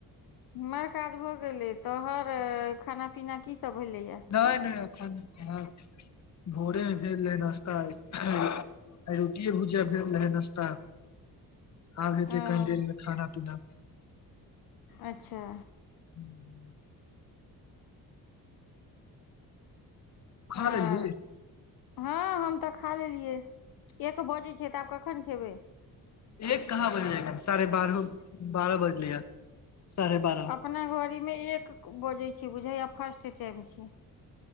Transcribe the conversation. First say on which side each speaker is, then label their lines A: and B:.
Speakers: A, on the left; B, on the left.
A: हमर काज भऽ गेलै तोहर खाना पीना कीसभ भेलैये
B: नहि नहि एखन <unintelligible> भोरे भेल रहै नाश्ता आइ, आइ रोटीये-भुजिया भेल रहै नाश्ता। आब हेतै
A: अ
B: कनी देरमे खाना-पीना
A: अच्छा,
B: <inaudible> खा
A: आर
B: लेलहि?
A: हँ हम तऽ खा लेलियै, एक बजै छै तऽ आब कखन खेबै?
B: एक कहाँ बजलियै? साढ़े बारहो, बारह बजलैयाए, साढ़े बारह
A: अपना घड़ीमे एक बजै छै बुझैय फास्ट टाइम छै।